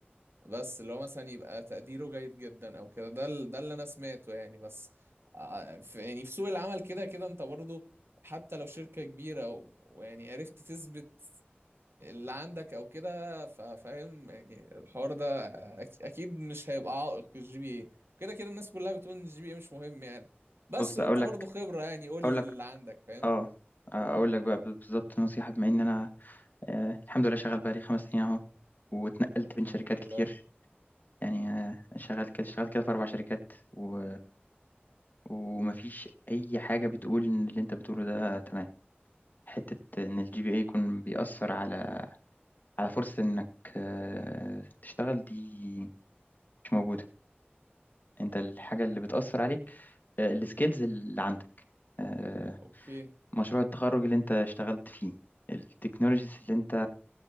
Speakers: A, on the right; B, on the left.
A: بس اللي هو مثلا يبقى تقديره جيد جدا او كده ده ال- ده اللي انا سمعته يعني بس ع- في يعني في سوق العمل كده كده انت برضو حتى لو شركة كبيرة و- ويعني عرفت تثبت اللي عندك او كده ف- فاهم يعني الحوار ده أك- اكيد مش هيبقى عائق الجي بي اي كده كده الناس كلها بتقول ان الجي بي اي مش مهم يعني بس
B: بص
A: وانت
B: اقول لك
A: برضو خبرة يعني قول
B: اقول
A: لي
B: لك
A: اللي عندك فاهم
B: اه اقول لك بقى بالظبط نصيحة بما ان انا آه، الحمد لله شغال بقالي خمس سنين اهو واتنقلت
A: الحمد
B: بين شركات
A: لله
B: كتير يعني آه، شغال كده شغال كده في اربع شركات و... ومفيش اي حاجه بتقول ان اللي انت بتقوله ده تمام حته ان الجي بي اي يكون بيأثر على على فرصه انك آه، تشتغل دي مش موجوده انت الحاجه اللي بتأثر عليك آه، السكيلز اللي عندك آه،
A: اوكي
B: مشروع التخرج اللي انت اشتغلت فيه التكنولوجيز اللي انت